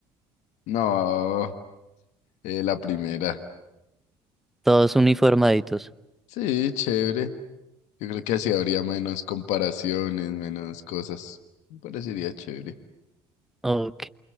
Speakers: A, on the left; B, in the centre.
A: No, eh, la primera.
B: todos uniformaditos.
A: Sí, chévere. Yo creo que así habría menos comparaciones, menos cosas. Me parecería chévere.
B: Ok.